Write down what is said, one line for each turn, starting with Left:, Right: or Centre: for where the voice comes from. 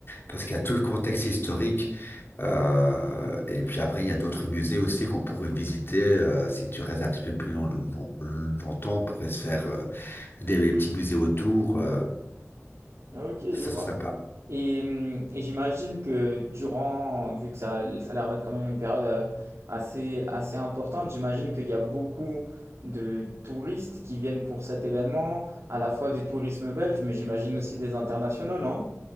Left: parce qu'il y a tout le contexte historique. euh, et puis après, il y a d'autres musées aussi qu'on pourrait visiter. euh, si tu restes un petit peu plus long- long- longtemps, on pourrait se faire euh, des petits musées autour. euh,
Right: Ah, OK,
Left: ça
Right: je vois
Left: serait sympa.
Right: et mmh et j'imagine que durant vu que ça l ça a l'air d'être quand même une période, heu, assez assez importante, j'imagine qu'il y a beaucoup de touristes qui viennent pour cet événement, à la fois des tourismes belges, mais j'imagine aussi des internationaux, non?